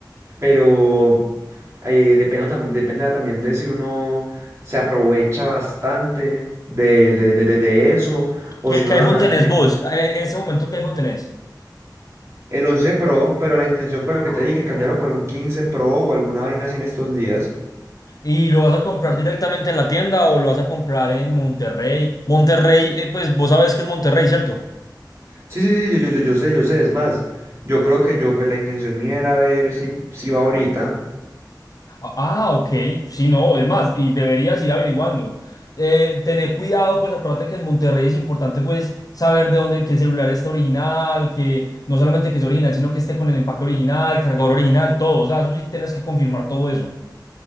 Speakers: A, on the right (about 35°); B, on the left (about 50°).
A: Pero eh, depende, tam- dependerá también de si uno se aprovecha bastante de, de- de- de- de eso o
B: ¿Qué,
A: si uno
B: qué iPhone
A: aún así
B: tenés
A: tiene
B: vos? En, en este momento, ¿qué iPhone tenés?
A: el once Pro, pero la intención, pues lo que
B: Ah,
A: te dije,
B: bueno.
A: cambiarlo por un quince Pro o alguna vaina así en estos días.
B: ¿Y lo vas a comprar directamente en la tienda o lo vas a comprar en Monterrey? Monterrey, eh, pues vos sabes que es Monterrey, ¿cierto?
A: Sí, sí, sí, yo, yo, yo, yo sé, yo sé, es más, yo creo que yo, pues la intención mía era ver si, si va ahorita.
B: Ah, ah, ok. Sí, no, es más, y deberías ir averiguando. Eh, tener cuidado, pues acuérdate que en Monterrey es importante, pues, saber de dónde, que el celular está original, que no solamente que es original, sino que esté con el empaque original, el cargador original, todo. O sea, eso sí tienes que confirmar todo eso.